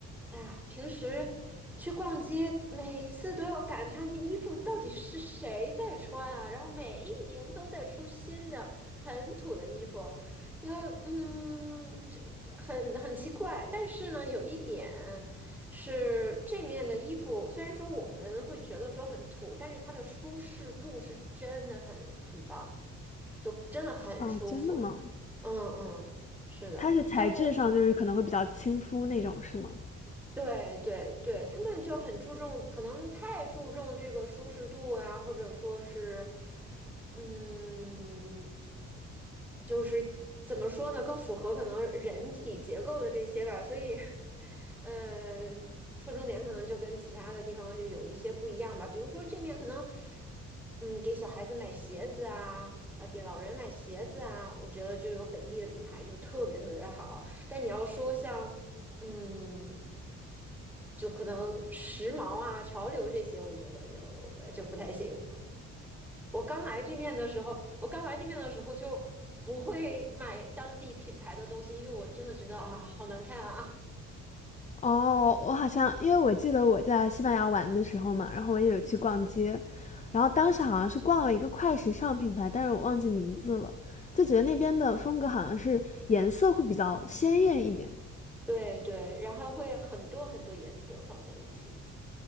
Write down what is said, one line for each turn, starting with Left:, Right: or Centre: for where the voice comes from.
Centre: 哎呀，平时去逛街，每次都要感叹那衣服到底是谁在穿啊，然后每一年都在出新的很土的衣服，要嗯，就就很很奇怪，但是呢，有一点是这面的衣服，虽然说我们会觉得说很土，但是它的舒适度是真的很很棒，就真的很舒服。
Left: 啊，真的吗？
Centre: 嗯嗯，是的，
Left: 它是材质上就是可能会比较亲肤那种，
Centre: 就
Left: 是吗？
Centre: 对对对，他们就很注重，可能太注重这个舒适度啊，或者说是，嗯，就是怎么说呢，更符合可能人体结构的这些吧，所以，呃，侧重点可能就跟其他的地方就有一些不一样吧。比如说这面可能，嗯，给小孩子买鞋子啊，啊，给老人买鞋子啊，我觉得就有本地的品牌就特别特别的好。但你要说像嗯，就可能时髦啊、潮流这些，我觉得就就不太行。我刚来这面的时候，我刚来这面的时候就不会买当地品牌的东西，因为我真的觉得啊，好难看啊。
Left: 哦，我好像因为我记得我在西班牙玩的时候嘛，然后我也有去逛街，然后当时好像是逛了一个快时尚品牌，但是我忘记名字了，就觉得那边的风格好像是颜色会比较鲜艳一点。
Centre: <laughs> 对对，然后会很多很多颜色放在一起。